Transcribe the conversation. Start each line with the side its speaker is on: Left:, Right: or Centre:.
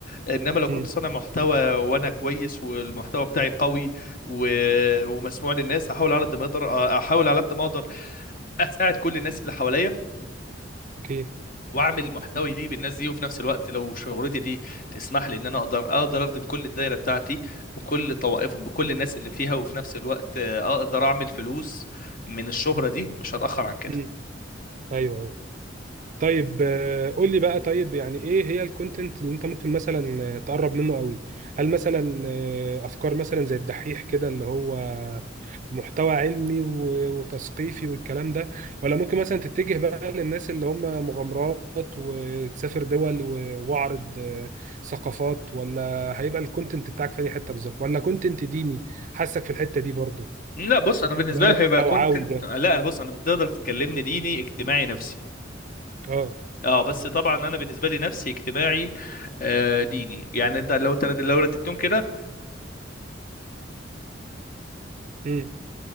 Left: انما لو
Right: مم.
Left: كنت صانع محتوى وانا كويس والمحتوى بتاعي قوي و... ومسموع للناس احاول على قد ما اقدر احاول على قد ما اقدر اساعد كل الناس اللي حواليا
Right: اوكي
Left: واعمل محتوي ليه بالناس دي وفي نفس الوقت لو شهرتي دي تسمح لي ان انا اقدر اقدر اخدم كل الدايره بتاعتي وكل طوائف بكل الناس اللي فيها وفي نفس الوقت آه، اقدر اعمل فلوس من الشهره دي مش هتاخر عن كده
Right: مم. ايوه أيوه. طيب آه، قول لي بقى طيب يعني ايه هي الكونتنت اللي انت ممكن مثلا آه، تقرب منه قوي هل مثلا آه، افكار مثلا زي الدحيح كده اللي هو محتوى علمي و- وتثقيفي والكلام ده ولا ممكن مثلا تتجه بقى للناس اللي هم مغامرات وتسافر دول و- واعرض آه، ثقافات ولا هيبقى الكونتنت بتاعك في اي حته بالظبط ولا كونتنت ديني حاسك في الحته دي برضو
Left: لا بص انا بالنسبه
Right: اللي هو
Left: لي
Right: التوعوي
Left: هيبقى كونتنت
Right: ده
Left: لا بص انا بتقدر تكلمني ديني اجتماعي نفسي
Right: اه
Left: اه بس طبعا انا بالنسبه لي نفسي اجتماعي آه ديني يعني ده لو تل- لو رتبتهم كده
Right: امم